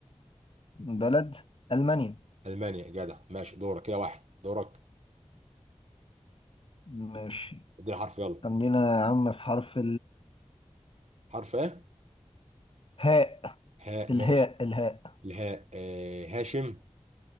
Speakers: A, on the left; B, on the right.
A: بلد ألمانيا
B: المانيا جدع ماشي دورك كده واحد دورك
A: ماشي
B: اديني حرف يلا
A: خلينا يا عم في حرف
B: حرف ايه
A: الهاء
B: هاء
A: الهاء
B: ماشي
A: الهاء
B: الهاء آه هاشم